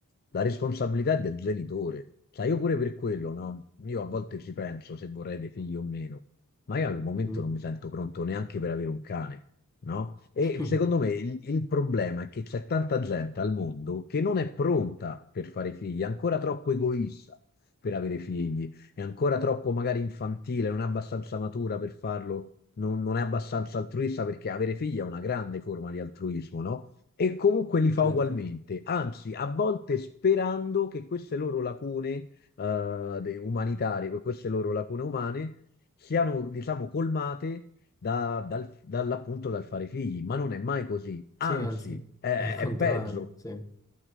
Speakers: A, on the left; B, on the left.
A: la responsabilità è del genitore. Cioè, io pure per quello, no? Io a volte ci penso se vorrei dei figli o meno, ma io al momento
B: Mm.
A: non mi sento pronto neanche per avere un cane no? E
B: <laughs>
A: secondo me il, il problema è che c'è tanta gente al mondo che non è pronta per fare figli, è ancora troppo egoista per avere figli, è ancora troppo magari infantile, non è abbastanza matura per farlo, non, non è abbastanza altruista perché avere figli è una grande forma di altruismo, no? E comunque li fa
B: Certo.
A: ugualmente, anzi, a volte sperando che queste loro lacune eh, de- umanitarie, queste loro lacune umane siano, diciamo, colmate da- dal- dall'appunto dal fare figli, ma non è mai così, anzi
B: Sì, anzi,
A: è,
B: è il contrario,
A: è peggio
B: sì.